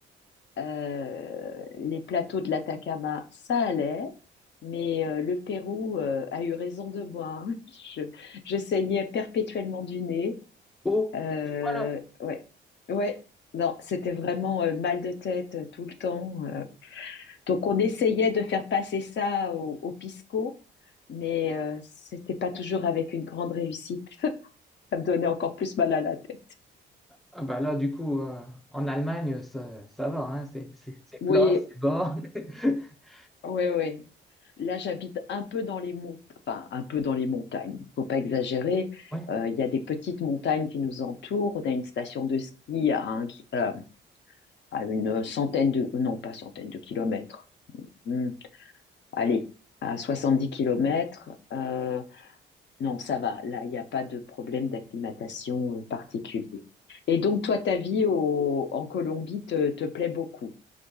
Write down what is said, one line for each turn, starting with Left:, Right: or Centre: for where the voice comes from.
Left: Euh, les plateaux de l'Atacama, ça allait, mais euh, le Pérou euh, a eu raison de moi. hein. <laughs> Je, je saignais perpétuellement du nez.
Centre: Oh,
Left: Euh,
Centre: voilà.
Left: ouais, ouais. Non, c'était vraiment euh, mal de tête euh, tout le temps. euh. Donc on essayait de faire passer ça au, au pisco, mais euh, c'était pas toujours avec une grande réussite. <laughs> Ça me donnait encore plus mal à la tête.
Centre: Ah bah là, du coup, euh, en Allemagne, ça, ça va, hein, c'est c'est- c'est plat,
Left: Oui,
Centre: c'est bas. <laughs>
Left: Ouais, ouais. Là, j'habite un peu dans les monts, enfin, un peu dans les montagnes. Faut pas exagérer.
Centre: Ouais.
Left: Euh, Il y a des petites montagnes qui nous entourent. On a une station de ski à, un ki- euh, à une centaine de, non, pas centaine de kilomètres. Hmm. Allez, à 70 kilomètres. Euh, non, ça va. Là, il n'y a pas de problème d'acclimatation euh, particulier. Et donc, toi, ta vie au- en Colombie te, te plaît beaucoup.